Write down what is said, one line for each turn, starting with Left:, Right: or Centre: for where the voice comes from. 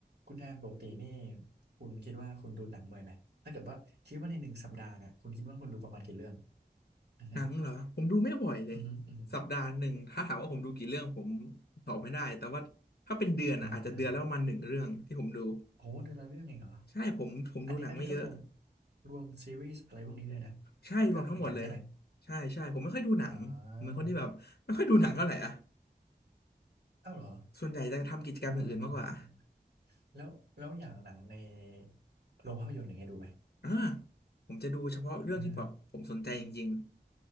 Right: คุณแทนปกตินี่คุณคิดว่าคุณดูหนังบ่อยไหมถ้าเกิดว่าคิดว่าในหนึ่งสัปดาห์เนี่ยคุณคิดว่าคุณดูประมาณกี่เรื่องอ่าฮะ
Left: หนังเหรอผมดูไม่บ่อยเลย
Right: อือฮึอือฮึ
Left: สัปดาห์หนึ่งถ้าถามว่าผมดูกี่เรื่องผมตอบไม่ได้แต่ว่าถ้าเป็นเดือนอ่ะอาจจะเดือนแล้วประมาณหนึ่งเรื่องที่ผมดู
Right: อ่าฮะอ่าฮะโอ้เดือนละเรื่องเองเหรอ
Left: ใช่ผมผมดูหนังไม่เยอะ
Right: อันนี้อันนี้ก็รวมรวมซีรีส์อะไรพวกนี้ด้วยนะ
Left: ใช่รวมทั้งหมดเลย
Right: ก็เหมือนกันใช่ไหม
Left: ใช่ใช่ผมไม่ค่อยดูหนังผมเป็นคนที่แบบไม่ค่อยดูหนังเท่าไหร่อ่ะ
Right: อ่าอ้าวเหรอ
Left: ส่วนใหญ่จะทำกิจกรรมอย่างอื่นมากกว่า
Right: อ่าอ่าแล้วแล้วอย่างหนังในโรงภาพยนตร์อย่างเงี้ยดูไหม
Left: อ่าผมจะดูเฉพาะเรื่องที่แบบผมสนใจจริง
Right: อือฮึ